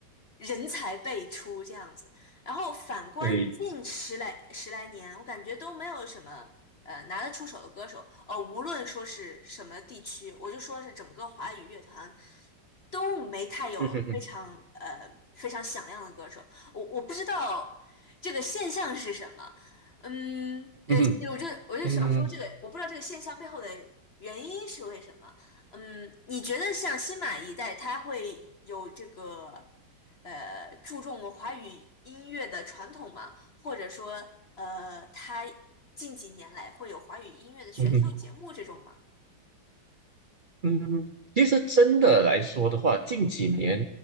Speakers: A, on the left; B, on the right.
A: 人才辈出这样子。然后反观近十来十来年，
B: 对，
A: 我感觉都没有什么。呃拿得出手的歌手，呃，无论说是什么地区，我就说是整个华语乐团都没太有非常呃非常响亮的歌手。
B: 嗯哼
A: 我我不知道这个现象是什么，嗯，呃，
B: 嗯哼嗯哼
A: 我就我就想说这个，
B: 嗯哼
A: 我不知道这个现象背后的原因是为什么。嗯，你觉得像新马一代，他会有这个呃注重华语音乐的传统吗？或者说呃，他近几年来会有华语音乐的选秀节目这种吗？
B: 嗯哼。嗯，其实真的来说的话，近几年，